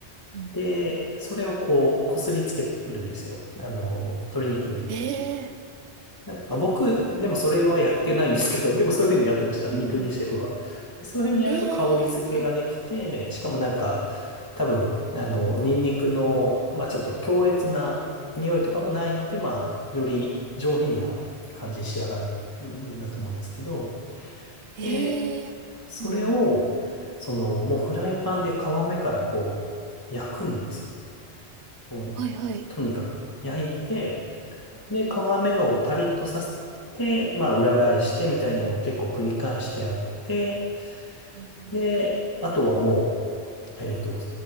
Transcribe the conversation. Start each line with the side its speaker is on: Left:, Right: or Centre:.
Right: うん。
Left: で、それをこう、こすりつけるんですよ。あの、鶏肉に。
Right: ええ
Left: なあ、僕、でもそれはやってないんですけど、でもそういうふうにやってました。
Right: うん。
Left: 三國シェフは。で、そういうふうにやると香り付けができて、
Right: ええはい。
Left: しかもなんか、多分、あの、ニンニクの、まあちょっと強烈な匂いとかもないので、まあ、より上品な感じに仕上がるんだと思うんですけど、
Right: ええうん。
Left: で、それを、その、もうフライパンで皮目からこう、焼くんですよ。もう、
Right: はいはい。
Left: とにかく焼いて、で、皮目をパリッとさせて、まあ裏返してみたいなのを結構繰り返してやって、
Right: うん。
Left: で、あとはもう、えっと、